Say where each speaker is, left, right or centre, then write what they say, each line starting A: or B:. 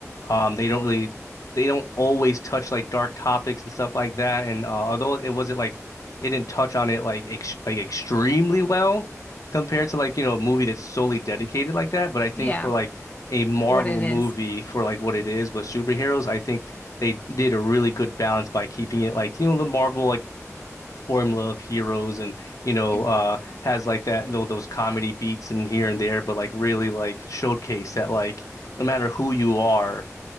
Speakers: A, on the left; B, on the left.
A: um, they don't really they don't always touch like dark topics and stuff like that. And uh, although it wasn't like it didn't touch on it like ex like extremely well compared to like you know a movie that's solely dedicated like that. But I think
B: Yeah,
A: for like a Marvel
B: what it
A: movie
B: is.
A: for like what it is, but superheroes, I think they did a really good balance by keeping it like you know the Marvel like formula of heroes and you know
B: it
A: uh has like that you know those comedy beats and here and there but like really like showcase that like no matter who you are